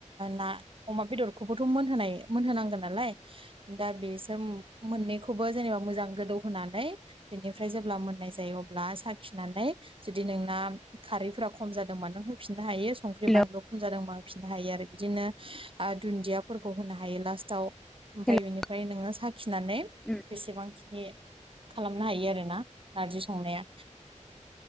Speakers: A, on the right; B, in the centre.
A: ना अमा बेदरखौबोथ मोनहोनाय मोनहोनांगोन नालाय दा बिसोर मोननैखौबो जेनेबा मोजां गोदौ होनानै बेनिफ्राय जेब्ला मोननाय जायो अब्ला साखिनानै जुदि नोंना खारैफोरा खम जादोंमोन होफिननो हायो संख्रि
B: हेलौ
A: बानलु खम जादोंबा होफिननो हायो आरो बिदिनो दुन्दियाफोरखौ होनो हायो हायो लास्टाव ओमफ्राय
B: हेलौ
A: बिनिफ्राय नोङो साखिनानै
B: उम
A: बेसेबांखिनि खालामनो हायो आरोना नारजि संनाया